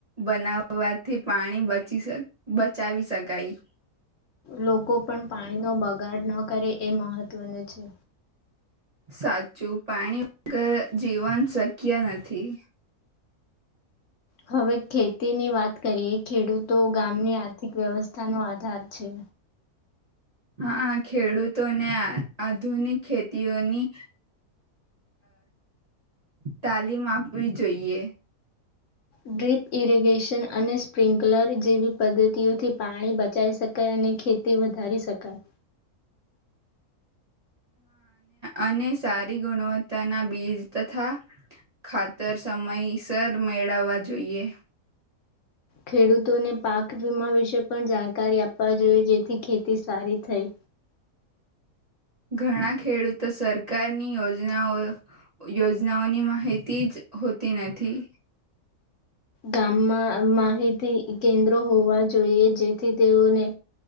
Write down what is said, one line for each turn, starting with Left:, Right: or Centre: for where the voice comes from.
Right: બનાવવાથી પાણી બચી બચાવી શકાય.
Left: લોકો પણ પાણી નો બગાડ ના કરે એ મહત્વનું છે.
Right: સાચું પાણી વગ જીવન શક્ય નથી.
Left: હવે ખેતીની વાત કરીએ ખેડૂતો ગામની આર્થિક વ્યવસ્થાનો આધાર છે.
Right: હા ખેડૂતોને આધુનિક ખેતીઓની, તાલીમ આપવી જોઈએ.
Left: ડ્રીપ ઇરિગેશન અને સ્પ્રિન્કલર જેવી પદ્ધતિઓથી પાણી બચાઈ શકાય અને ખેતી વધારી શકાય.
Right: અને સારી ગુણવત્તાના બીજ તથા, ખાતર સમયસર મેળવવા જોઈએ.
Left: ખેડૂતોને પાક વીમા વિશે પણ જાણકારી આપવા જોઈએ જેથી ખેતી સારી થઈ.
Right: ઘણા ખેડૂતો સરકારની યોજનાઓ યોજનાઓની માહિતી જ હોતી નથી.
Left: ગામમાં માહિતી કેન્દ્રો હોવા જોઈએ જેથી તેઓને,